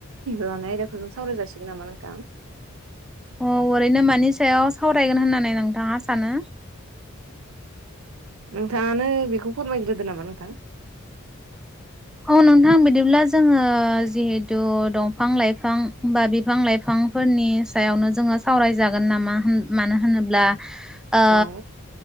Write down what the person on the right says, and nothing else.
लानाय आयदाखौ जों सावराय जासिगोन नामा नोंथां?
नोंथाङानो बेखौ फोरमायग्रोदो नामा नोंथां?
औ